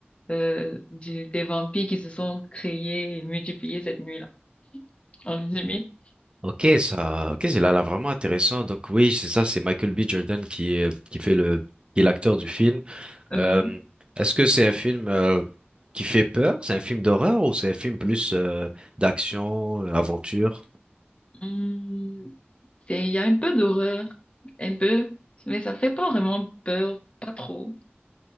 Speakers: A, on the left (about 30°); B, on the right (about 25°).
A: euh, du- des vampires qui se sont créés et multipliés cette nuit-là. En résumé,
B: Ok, ça, ok, c'est là, là vraiment intéressant. Donc oui, c'est ça, c'est Michael B. Jordan qui, est- qui fait le, qui est l'acteur du film.
A: oui.
B: Euh, est-ce que c'est un film euh, qui fait peur? C'est un film d'horreur ou c'est un film plus euh, d'action, euh, aventure?
A: Hum, c'est, il y a un peu d'horreur, un peu, mais ça fait pas vraiment peur, pas trop.